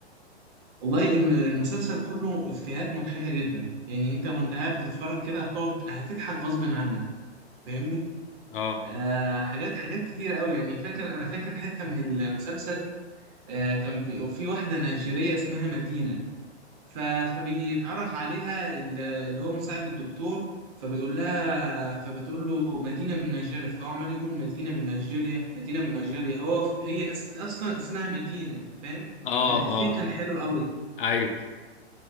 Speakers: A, on the right; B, on the left.
A: والله الم- المسلسل كله إفيهات مضحكة جدا يعني انت وانت قاعد بتتفرج كده هتقعد هتضحك غصب عنك فاهمني
B: اه
A: آه حاجات حاجات كتير قوي يعني فاكر انا فاكر حتة من المسلسل آه كان بي- في واحدة نيجيرية اسمها مدينة ف... فبيتعرف عليها ال- اللي هو مساعد الدكتور فبيقول لها فبتقول له مدينة من نيجيريا فهو عمال يقول مدينة من نيجيريا مدينة من نيجيريا هو ف- هي أس... أصلا اسمها مدينة فاهم
B: اه
A: فالإفيه
B: اه
A: كان حلو قوي
B: ايوه